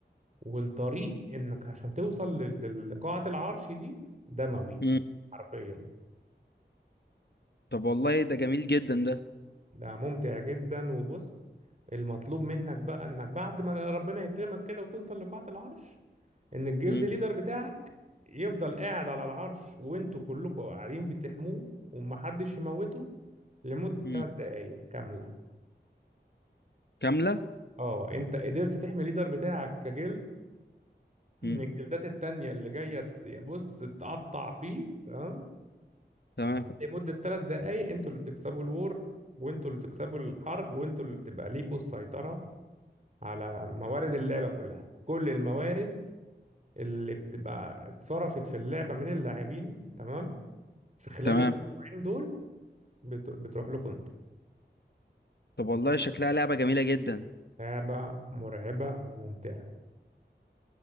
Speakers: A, on the right; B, on the left.
A: والطريق انك عشان توصل لل- لل- لقاعه العرش دي دموي
B: مم.
A: حرفيا
B: طب والله ده جميل جدا ده
A: ده ممتع جدا وبص المطلوب منك بقى انك بعد ما ربنا يكرمك كده وتوصل لقاعه العرش ان الجلد
B: مم.
A: ليدر بتاعك يفضل قاعد على العرش وانتوا كلكم قاعدين بتحموه ومحدش يموته لمدة
B: مم.
A: ثلاث دقايق كاملة
B: كاملة
A: اه انت قدرت تحمي الليدر بتاعك كجلد من
B: مم.
A: الجلدات التانية اللي جاية ت- يا بص تقطع فيه تمام
B: تمام
A: لمدة ثلاث دقايق انتوا اللي بتكسبوا الور وانتوا اللي بتكسبوا الحرب وانتوا اللي بتبقى ليكوا السيطرة على موارد اللعبة كلها كل الموارد اللي بتبقى اتصرفت في اللعبة من اللاعبين تمام في خلال
B: تمام
A: الأسبوعين دول بت- بتروح لكم انتوا
B: طب والله شكلها لعبة جميلة جدا
A: لعبة مرعبة وممتعة